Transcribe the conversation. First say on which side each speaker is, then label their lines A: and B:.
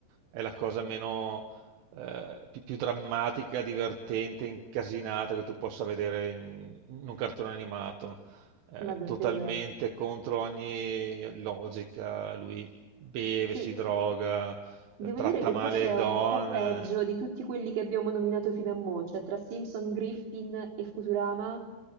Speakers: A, on the right; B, on the right.
A: è la cosa meno, eh, più, più drammatica, divertente, incasinata che tu possa vedere in, in un cartone animato, eh,
B: Ma davvero,
A: totalmente
B: eh.
A: contro ogni logica. Lui beve,
B: Sì,
A: si droga, eh,
B: Devo
A: tratta
B: dire che
A: male
B: forse
A: le
B: è
A: donne,
B: un po' peggio di tutti quelli che abbiamo nominato fino a mo', cioè tra Simpson, Griffin e Futurama,